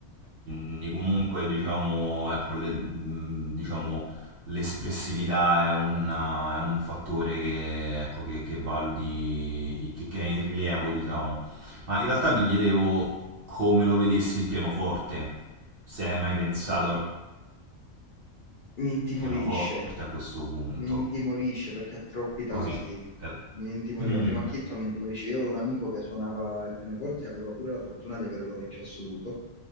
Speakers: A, on the right; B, on the left.
A: Quindi comunque diciamo, ecco, le- mh, diciamo, l'espressività è, una- è un fattore che, ecco, che, che valuti, che, che è in rilievo, diciamo. Ma in realtà mi chiedevo come lo vedessi il pianoforte, se hai mai pensato al
B: Mi intimorisce,
A: pianoforte a questo punto.
B: mi intimorisce perché ha troppi tasti.
A: Così. Eh,
B: Mi intimori-
A: mm,
B: a primo acchito mi intimorisce. Io ho un amico che suonava il pianoforte e aveva pure la fortuna di avere l'orecchio assoluto.